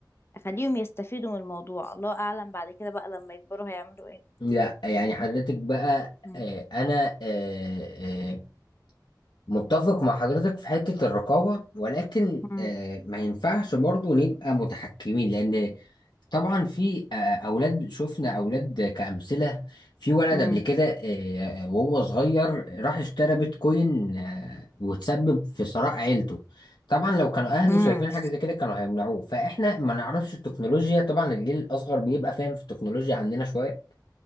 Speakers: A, on the left (about 30°); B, on the left (about 75°).
A: أخليهم يستفيدوا من الموضوع الله أعلم بعد كده بقى لما يكبروا هيعملوا ايه
B: لا يعني حضرتك بقى
A: مم.
B: آه، انا آه، آه، متفق مع حضرتك في حتة الرقابة ولكن
A: مم.
B: آه، ما ينفعش برضو نبقى متحكمين لأن طبعا في آه، أولاد شفنا أولاد كأمثلة في ولد
A: مم.
B: قبل كده آه، وهو صغير راح اشترى بيتكوين آه، وتسبب في ثراء عيلته طبعا لو كانوا أهله
A: مم.
B: شايفين حاجة زي كده كانوا هيمنعوه فإحنا ما نعرفش التكنولوجيا طبعا الجيل الأصغر بيبقى فاهم في التكنولوجيا عننا شوية